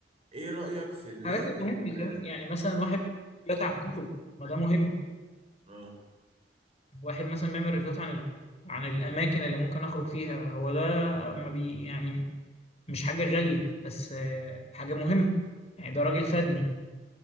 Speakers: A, on the right; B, on the left.
A: ايه رأيك في الناس
B: الحاجات المهمة
A: ال
B: كمان يعني مثلا واحد بيقرا عن كتب ما ده مهم
A: اه
B: واحد مثلا بيعمل ريفيوات عن ال... عن الاماكن اللي ممكن اخرج فيها هو ده ما بي يعني مش حاجه غاليه بس آه، حاجه مهمه يعني ده راجل فادني